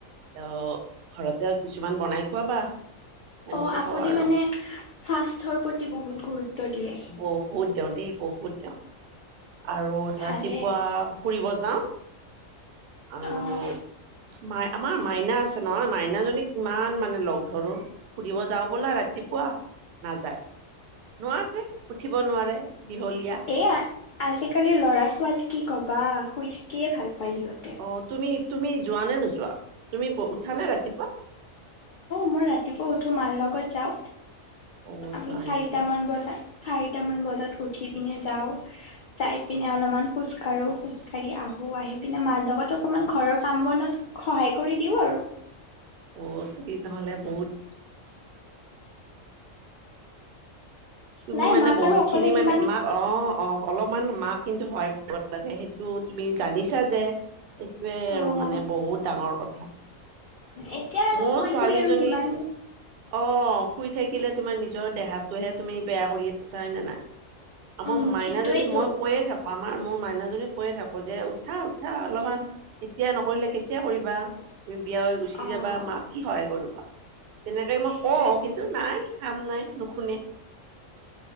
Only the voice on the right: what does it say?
অ', ঘৰতেই আৰু কিছুমান বনাই খুৱাবা। এনেকে
কওঁ আৰু
বহুত দিওঁ দেই, বহুত দিওঁ, আৰু ৰাতিপুৱা
ফুৰিব যাওঁ আৰু
মাই, আমাৰ মাইনা আছে নহয়, মাইনাজনীক কিমান মানে লগ ধৰো। ফুৰিব যাওঁ ব'লা ৰাতিপুৱা, নাযায়। নোৱাৰে, উঠিব নোৱাৰে, বিহলীয়া।
অ তুমি তুমি যোৱা নে নোযোৱা তুমি উঠা নে ৰাতিপুৱা?
অ
যোৱা
নেকি
অত কি তেহলে বহুত- তুমি
মানে
বহুত
খিনি
মানে মাক- অ অ অলপমান মাক কিন্তু সহায় কৰিব লাগে সেইটো তুমি জানিছা যে- এইটোৱে
আৰু মানে বহুত ডাঙৰ কথা।
মোৰ
ছোৱালীজনী
অ শুই থাকিলে তোমাৰ নিজৰ দেহাটোহে তুমি বেয়া কৰি আছা হয় নে নাই? মই
মাইনা
যদি মই কৈয়ে থাকো। আমাৰ মোৰ মাইনাজনিক কৈয়ে থাকো যে উঠা উঠা অলপমান- এতিয়া নকৰিলে কেতিয়া কৰিবা? তুমি বিয়া হৈ গুচি
যাবা মাক কি সহায় কৰবা? তেনেকে
মই কওঁ কিন্তু নাই। কাম নাই, নুশুনে।